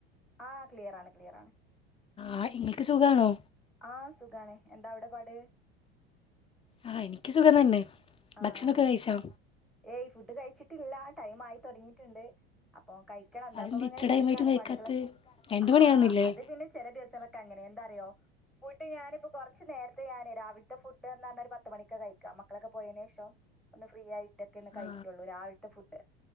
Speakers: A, in the centre; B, on the left (about 20°).
A: ആ ക്ലിയർ ആണ് ക്ലിയർ ആണ്
B: ആഹ് ഇങ്ങക്ക് സുഖണോ?
A: ആ സുഖാണ് എന്താ അവിടെ പാട്
B: ആഹ് എനിക്ക് സുഖം തന്നെ
A: ആഹ്
B: ഭക്ഷണക്കെ കഴിച്ചോ?
A: ഏയ് ഫുഡ് കഴിച്ചിട്ടില്ല ടൈം ആയി തുടങ്ങിയിട്ടുണ്ട് <unintelligible> പ്പൊ കഴിക്കണം എന്താപ്പൊവ
B: അതെന്താ
A: ഇങ്ങനെ
B: ഇത്ര
A: കെടക്കാണ്
B: ടൈമായിട്ടും കഴിക്കാത്തത്
A: പണികളൊ
B: രണ്ട്
A: അഹാ
B: മണിയാവുന്നില്ലേ
A: അത് പിന്നെ ചെല ദിവസങ്ങളൊക്കെ അങ്ങനെ എന്താറിയോ ഊട്ടി ഞാനിപ്പോ കൊറച്ച് നേരത്തെ ഞാന് രവിൽ തെ ഫുഡ്ന്നറിഞ്ഞാ ഒരു പത്ത് മണിക്ക് കഴി ക്ക മക്കളൊക്കെ പോയതിന് ശേഷം ഒന്ന് ഫ്രീ ആയി ട്ടൊക്കെ ഒന്ന് കഴികുള്ളൂ
B: ആ
A: രാവിൽത്തെ ഫുഡ്